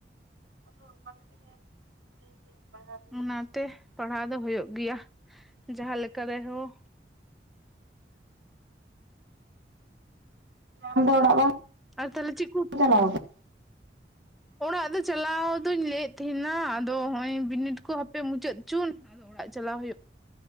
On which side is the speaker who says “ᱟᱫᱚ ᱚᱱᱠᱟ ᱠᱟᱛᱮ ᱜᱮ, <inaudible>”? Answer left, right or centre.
Right